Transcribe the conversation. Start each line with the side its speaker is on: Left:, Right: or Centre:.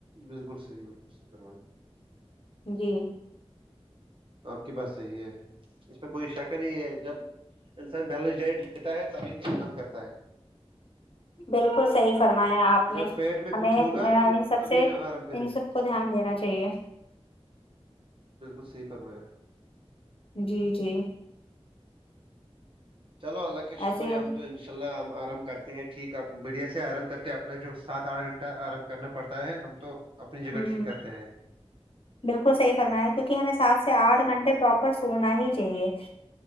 Right: بالکل صحیح بالکل صحیح پررمایں
Left: جی
Right: آپ کی بات صحیح ہے اس پ کوئی شک نہیں ہے جب انسان بیلنس ڈائٹ لیتا ہے ت آرام کرتا ہے
Left: بالکل صحی فرمایا آپ نے
Right: جب پیٹ میں
Left: ہمیں
Right: کچھ ہوگا
Left: ان
Right: تو
Left: سب
Right: تبھی
Left: سے
Right: نہ آرام کرے
Left: ان
Right: گا
Left: سب کو دھیان دینا چاہیے
Right: بالکل صحی فرمایا
Left: جی جی
Right: چلو اللہ کا
Left: ایسے
Right: شکریہ
Left: ہی
Right: ہم تو اناء ان شاء اللہ ہم آرام کرتے ہیں ٹھیک اب میڈیا سے آرام کرتے اپنا جو سات آٹھ گھنٹہ آرام کرنا پڑتا ہے ہم تو اپنی جگہ
Left: ہ
Right: ٹھیک کرتے ہیں
Left: بالکل صحیح فرمایا کیونکہ ہمیں سات سے آٹھ گھنٹے پرپر سونا ہی چاہیے